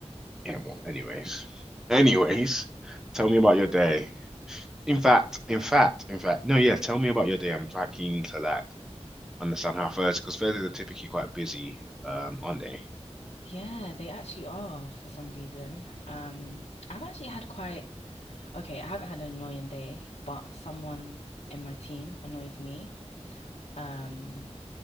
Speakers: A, in the centre; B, on the left.
A: And well, anyways, anyways, tell me about your day. In fact, in fact, in fact, no, yeah, tell me about your day. I'm quite keen to like understand how Thursday, because Thursdays are typically quite busy, um, aren't they?
B: Yeah, they actually are for some reason. Um, I've actually had quite, okay, I haven't had an annoying day, but someone in my team annoyed me. Um,